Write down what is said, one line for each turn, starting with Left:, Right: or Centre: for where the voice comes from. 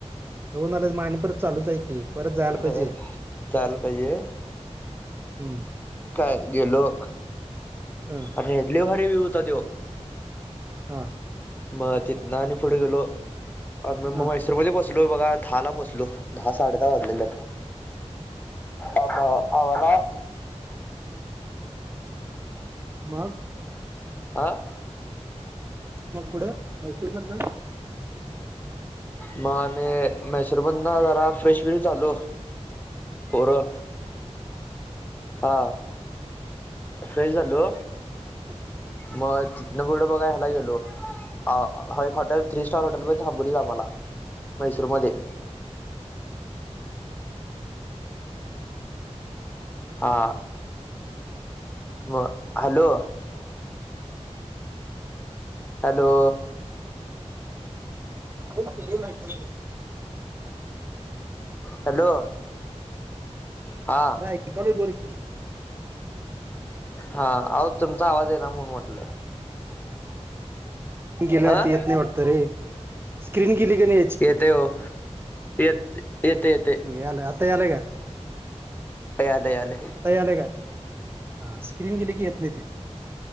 Right: जाऊन आलास आणि परत चालूच हाय की परत जायला पाहिजे
Left: होय चालू म्हणजे
Right: हम्म
Left: काय गेलो
Right: हम
Left: आणि लईभारी व्हियू होता त्यो
Right: हा
Left: मग तिथणं आणि पुढे गेलो, म
Right: हा
Left: मग मैसूरमध्ये पोचलो बघा दहाला पोचलो दहा साडे दहा वाजलेले, आब आम्हाला
Right: मग
Left: आं
Right: मग पुढं मैसूर मधन?
Left: म आम्ही मैसूर मधन जरा फ्रेश ब्रीश झालो. पोरं हां फ्रेश झालो.
Right: <unintelligible>
Left: म तिथनं पुढं बघा हेला गेलो अ, एक हॉटेल थ्री स्टार हॉटेल पण थांबवलेलं आम्हाला मैसूरमध्ये हां म हॅलो हॅलो
Right: बोला की <unintelligible>
Left: हॅलो, हा
Right: ऐकायला <unintelligible>
Left: हा, अहो तुमचा आवाज ईना म्हणून म्हटलं
Right: गेल्यावरती
Left: अ
Right: येत नाही वाटत रे, स्क्रीन गेली कणी
Left: येतय वो, येत, येतंय येतंय
Right: यायलाय, आता यायलाय काय?
Left: यायलंय, यायलंय
Right: आता यायलयं काय? हा स्क्रीन गेली की येत नाही ते